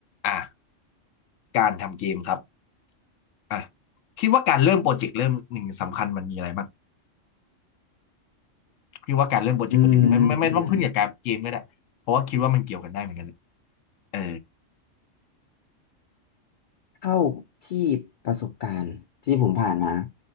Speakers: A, on the left (about 80°); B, on the left (about 55°).
A: อ่ะการทำเกมครับอ่ะคิดว่าการเริ่มโปรเจกต์เริ่มหนึ่งสำคัญมันมีอะไรบ้างคิดว่าการเริ่มโปรเจกต์โปรเจกต์ไม่ไม่ไม่ต้องขึ้นกับการเกมก็ได้เพราะว่าคิดว่ามันเกี่ยวกันได้เหมือนกันเลย
B: อืมอืมอืม
A: เออ
B: เท่าที่ประสบการณ์ที่ผมผ่านมา